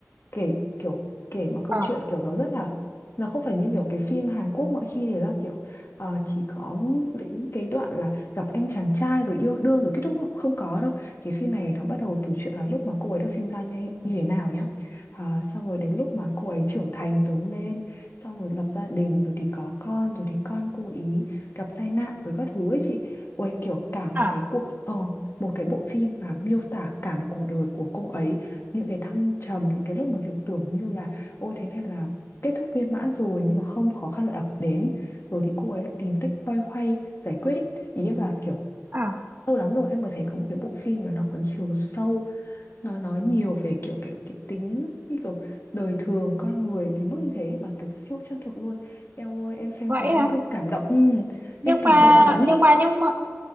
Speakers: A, on the left; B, on the right.
A: Kể kiểu kể mà câu
B: Ờ
A: chuyện kiểu nó rất là Nó không phải như kiểu cái phim Hàn Quốc mọi khi thì là kiểu ờ, Chỉ có đến cái đoạn là gặp anh chàng trai rồi yêu đương rồi kết thúc không, không có đâu Cái phim này nó bắt đầu từ chuyện là lúc mà cô ấy được sinh ra như, như thế nào nhá à, Xong rồi đến lúc mà cô ấy trưởng thành lớn lên xong rồi lập gia đình rồi thì có con rồi thì con cô ý gặp tai nạn rồi các thứ ấy chị ôi kiểu cả một
B: à
A: cái cuộc ờ một cái bộ phim mà miêu tả cả một cuộc đời của cô ấy những cái thăng trầm những cái lúc mà kiểu tưởng như là ôi thế này là kết thúc viên mãn rồi nhưng mà không khó khăn lại ập đến rồi thì cô ấy lại tìm cách loay hoay giải quyết ý, ý em là kiểu
B: à
A: lâu lắm rồi em mới thấy có một cái bộ phim mà nó có chiều sâu nó nói nhiều về kiểu kiểu cái tính như kiểu đời thường con người thì mức như thế mà kiểu siêu chân thực luôn em ơi em xem
B: vậy
A: xong em
B: hả?
A: cứ cảm động ừ,
B: nhưng
A: em cảm
B: mà
A: động lắm ý
B: nhưng mà nhưng mà